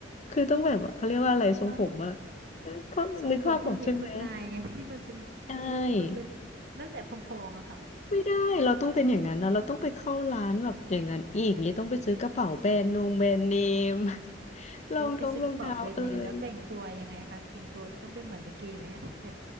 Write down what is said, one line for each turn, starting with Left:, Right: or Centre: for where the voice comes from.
Left: คือต้องแบบว่าเขาเรียกว่าอะไรทรงผมอ่ะ
Right: อ๋อ
Left: เขานึกภาพออกใช่ไหม
Right: ทรงผมคุณหญิงคุณนายไงที่มันเป็นฟุมันเป็น
Left: ใช่
Right: นั่นแหละพองๆอะค่ะ
Left: ไม่ได้เราต้องเป็นอย่างนั้นนะเราต้องไปเข้าร้านแบบอย่างนั้นอีกเนี่ยต้องไปซื้อกระเป๋าแบรนด์นงแบรนด์เนม <laughs> รองท้องรองเท้าเอ่ย
Right: อุ้ยไปซื้อกระเป๋าแบรนด์เนมแล้วแต่งตัวยังไงคะแต่งตัวต้องเป็นเหมือนลิเกไหมอะแบบ